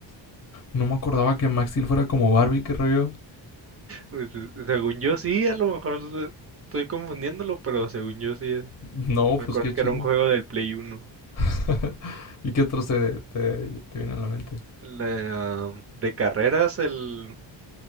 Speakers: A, on the left; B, on the right.
A: No me acordaba que Max Steel fuera como Barbie, qué rollo.
B: Pues, eh, según yo sí, a lo mejor se- estoy confundiéndolo, pero según yo sí. es.
A: No,
B: Me
A: pues
B: acuerdo
A: qué chido.
B: que era un juego del Play uno
A: <laughs> ¿Y qué otros te, te, te vienen a la mente?
B: La- de carreras, el...